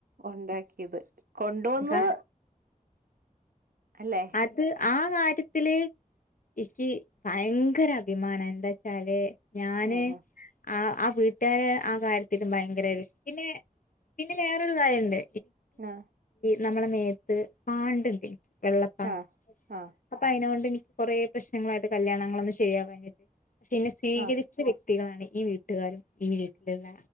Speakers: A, on the right; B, on the left.
A: ഉണ്ടാക്കിയത് കൊണ്ടുവന്നത്
B: ആ
A: അല്ലേ
B: അത് ആ കാര്യത്തില് എക്ക് ഭയങ്കര അഭിമാനം എന്താ ച്ചാല് ഞാന്
A: ആഹ്
B: ആ ആ വീട്ടാരെ ആ കാര്യത്തിലും ഭയങ്കര ഒരു പിന്നെ പിന്നെ വേറൊരു കാര്യം ഇണ്ട്
A: ആ
B: നമ്മടെ മേത്ത് പാണ്ട് ഇണ്ട് വെള്ളപ്പാണ്ട്
A: ആഹ് ആഹ്
B: അപ്പ അയിനോണ്ട് എനി കുറേ പ്രശ്നങ്ങളായിട്ട് കല്യാണങ്ങളൊന്നും. ശെരിയാവൂണില്ല. പക്ഷെ എന്നെ സ്വീകരിച്ച
A: ആഹ്
B: വ്യക് കുട്ടികളാണ് ഈ വീട്ടുകാരും ഈ വീട്ടിലുള്ള